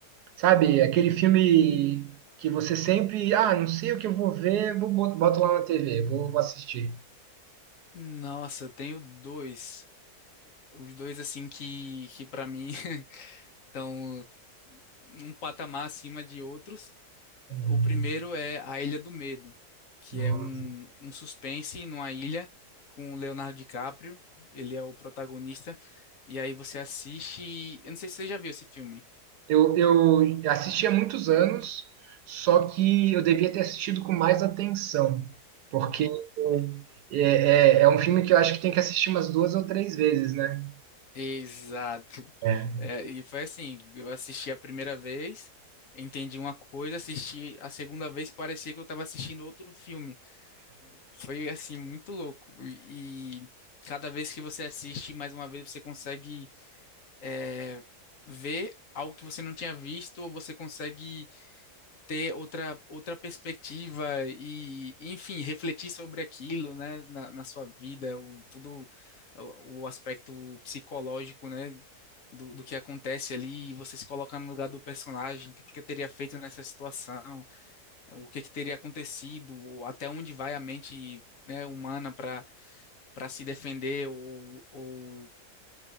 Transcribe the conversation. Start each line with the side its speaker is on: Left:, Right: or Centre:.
Right: Sabe, aquele filme que você sempre, ah, não sei o que eu vou ver, vou bot- boto lá na TV, vou, vou assistir.
Left: Nossa, eu tenho dois. Os dois, assim, que, que para mim <laughs> estão num patamar acima de outros.
Right: Hum,
Left: O primeiro é A Ilha do Medo, que
Right: nossa.
Left: é um, um suspense numa ilha com o Leonardo DiCaprio. Ele é o protagonista. E aí você assiste. Eu não sei se você já viu esse filme.
Right: Eu, eu assisti há muitos anos, só que eu devia ter assistido com mais atenção, porque é, é, é um filme que eu acho que tem que assistir umas duas ou três vezes, né?
Left: Exato.
Right: É
Left: É, e foi assim, eu assisti a primeira vez, entendi uma coisa, assisti a segunda vez, parecia que eu estava assistindo outro filme. Foi assim, muito louco. E, e cada vez que você assiste, mais uma vez você consegue é, ver algo que você não tinha visto, ou você consegue ter outra, outra perspectiva e, enfim, refletir sobre aquilo, né, na, na sua vida, o, todo o, o aspecto psicológico, né, do, do que acontece ali, você se colocar no lugar do personagem, o que, que eu teria feito nessa situação, o que, que teria acontecido, ou até onde vai a mente, né, humana para para se defender ou, ou